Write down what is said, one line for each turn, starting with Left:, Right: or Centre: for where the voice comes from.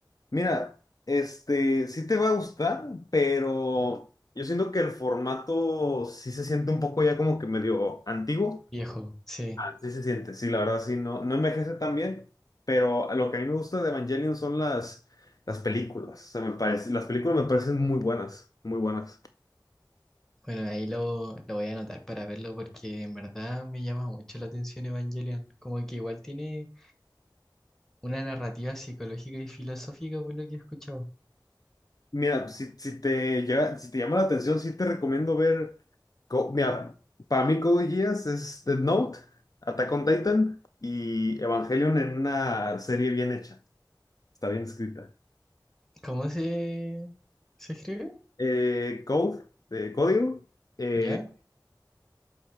Left: Mira, este, sí te va a gustar, pero yo siento que el formato sí se siente un poco ya como que medio antiguo.
Centre: Viejo, sí.
Left: Sí se siente, sí, la verdad sí, no, no envejece tan bien, pero lo que a mí me gusta de Evangelion son las, las películas, o sea, me parece, las películas me parecen muy buenas, muy buenas.
Centre: Bueno, ahí lo, lo voy a anotar para verlo porque en verdad me llama mucho la atención Evangelion. Como que igual tiene Una narrativa psicológica y filosófica, por lo que he escuchado.
Left: Mira, si, si te llega, si te llama la atención, sí te recomiendo ver, Co- mira, para mí Code Geass es Death Note, Attack on Titan y Evangelion en una serie bien hecha, está bien escrita.
Centre: ¿Cómo se, se escribe?
Left: Eh, Code, de código, eh,
Centre: ¿Ya?